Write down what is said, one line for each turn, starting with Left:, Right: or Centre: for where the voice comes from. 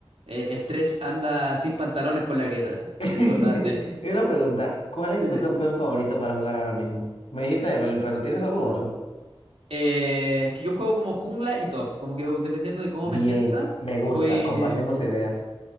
Right: eh, el trash anda sin pantalones por la grieta
Left: Y
Right: y cosas así.
Left: una pregunta, ¿cuál es
Right: Dime.
Left: tu campeón favorito para jugar ahora mismo? Me dijiste Evelyn, pero ¿tienes algún otro?
Right: Eh, es que yo juego como jungla y top, como que dependiendo de cómo
Left: Bien,
Right: me sienta,
Left: me gusta,
Right: voy...
Left: compartimos ideas.